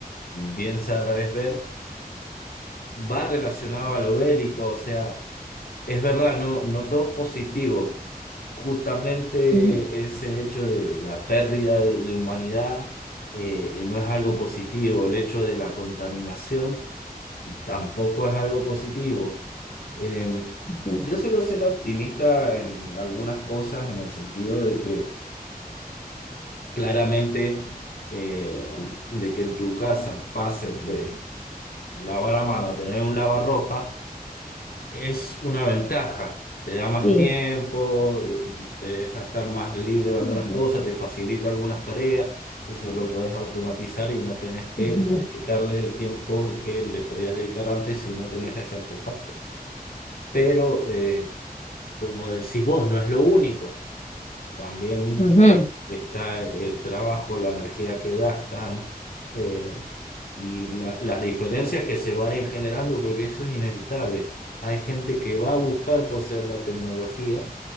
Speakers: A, on the left (about 70°); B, on the left (about 45°).
A: bien sabes ver, va relacionado a lo bélico, o sea, es verdad, no, no todo es positivo. Justamente
B: Ujú,
A: ese hecho de la pérdida de, de humanidad eh, no es algo positivo, el hecho de la contaminación tampoco es algo positivo. Eh,
B: ujú,
A: yo suelo ser optimista en algunas cosas, en el sentido de que claramente eh, de que en tu casa pasen de lavar a mano a tener un lavarropa Es una ventaja, te da más
B: Sí.
A: tiempo, te deja estar más libre de algunas
B: Ujú,
A: cosas, te facilita algunas tareas, eso lo podés automatizar y no tenés que
B: ujú,
A: dedicarle el tiempo que le podías dedicar antes si no tenías ese artefacto. Pero, eh, como decís vos, no es lo único. También
B: ujú,
A: está el trabajo, la energía que gastan eh, y la- las diferencias que se van a ir generando, porque eso es inevitable. Hay gente que va a buscar poseer la tecnología